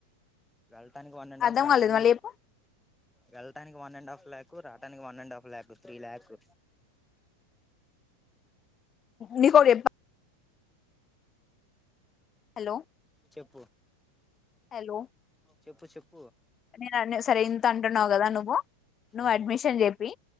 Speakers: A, in the centre; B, on the left.
A: వెళ్ళటానికి వన్ అండ్
B: అర్థం
A: హాఫ్ రావటానికి
B: కాలేదు మళ్ళీ చెప్పు
A: వెళ్ళటాని వన్ అండ్ హాఫ్ లాక్కు రాటానికి వన్ అండ్ హాఫ్ లాక్కు త్రీ లాక్కు
B: నిక్ ఒకటి చెప్ప హలో
A: చెప్పు
B: హలో
A: చెప్పు చెప్
B: నేను అన్న సరే ఇంత అంటున్నావు కదా, నువ్వు నువ్వు
A: ఆ
B: అడ్మిషన్ చేపి